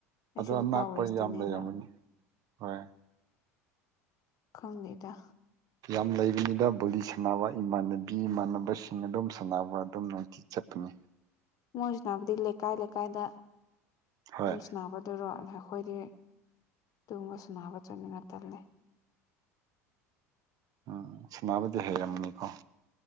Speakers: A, on the left; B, on the right.
A: ꯑꯩꯁꯨ
B: ꯑꯗꯣ ꯑꯅꯛꯄ
A: ꯏꯝꯐꯥꯎꯋꯦꯁꯇꯅꯦꯅ
B: ꯌꯥꯝ ꯂꯩꯔꯝꯒꯅꯤ ꯍꯣꯏ
A: ꯀꯣꯟꯗꯦꯇ
B: ꯌꯥꯝ ꯂꯩꯕꯅꯤꯗ ꯕꯣꯂꯤ ꯁꯥꯟꯅꯕ ꯏꯃꯥꯟꯅꯕꯤ ꯏꯃꯥꯟꯅꯕꯁꯤꯡ ꯑꯗꯨꯝ ꯁꯥꯟꯅꯕ ꯆꯤ ꯆꯠꯇꯅꯦ
A: ꯃꯣꯏꯁꯨ ꯅꯥꯅꯕꯗꯤ ꯂꯩꯀꯥꯏ ꯂꯩꯀꯥꯏꯗ
B: ꯍꯣꯏ
A: ꯑꯗꯨꯝ ꯅꯥꯕꯗꯔꯣꯜꯂꯦ ꯑꯩꯈꯣꯏꯗꯤ ꯇꯨꯝꯕ ꯁꯨꯅꯕ ꯆꯠꯅꯤꯡ ꯇꯅꯤ
B: ꯎꯝ ꯁꯅꯥꯕꯨꯗꯤ ꯍꯩꯔꯝꯃꯅꯤꯀꯣ